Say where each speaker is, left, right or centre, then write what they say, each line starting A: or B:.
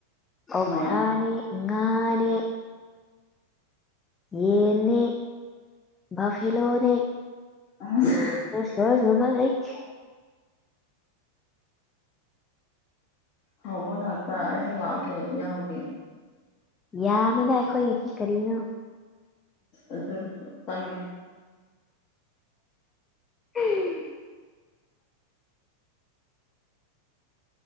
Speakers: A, on the left; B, on the left.
A: ꯑꯣꯁꯥꯅꯤ
B: ꯍꯣꯏ
A: ꯉꯥꯅꯤ ꯌꯦꯅꯤ ꯕꯐꯦꯂꯣꯅꯤ
B: ꯑꯁ
A: ꯁ ꯉꯨꯃꯜ ꯂꯩꯊ
B: ꯍꯕ ꯉꯅꯥꯥꯛꯛꯇ ꯑꯩꯁꯨ ꯂꯥꯛꯀꯦ ꯌꯥꯎꯒꯦ
A: ꯌꯥꯝꯃꯤꯅ ꯑꯩꯈꯣꯏꯒꯤꯗꯤ ꯀꯔꯤꯅꯣ
B: ꯑꯗꯨꯁꯨ ꯆꯥꯡꯒꯦ
A: ꯎꯝ